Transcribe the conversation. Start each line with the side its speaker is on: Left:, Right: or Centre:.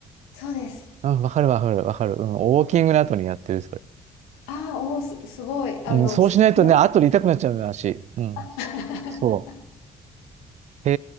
Left: そうです。
Right: うん、わかるわかるわかる。うん、ウォーキングの後にやってる、それ。
Left: ああ、おお、す、すごい。あの、
Right: うん、そうしないとね、
Left: 聞きますね。
Right: 後で痛くなっちゃうんだし。足うん。
Left: <laughs>
Right: そう。へ